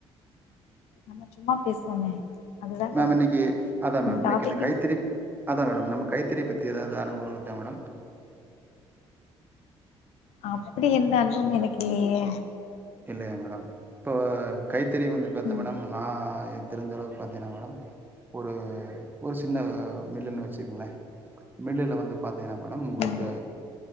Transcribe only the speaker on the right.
மேம்
இன்னைக்கு அதா
மேம் இன்னைக்கு
இந்த கைத்திரிப் அதா மேடம் நம்ம கைத்திரிய பத்தி ஏதாவது அனுகுலம் இருக்க மேடம்
இல்லையா மேடம் இப்போ கைத் திரி வந்து பாத்த
மேடம் நா த் தெரிஞ்சளவு பாத்தீனா மேடம் ஒரு ஒரு சின்ன மில்லுனு வச் சுங்ளே மில்லுல வந்துப் பாத்தீனா மேடம் உங்ளுக்கு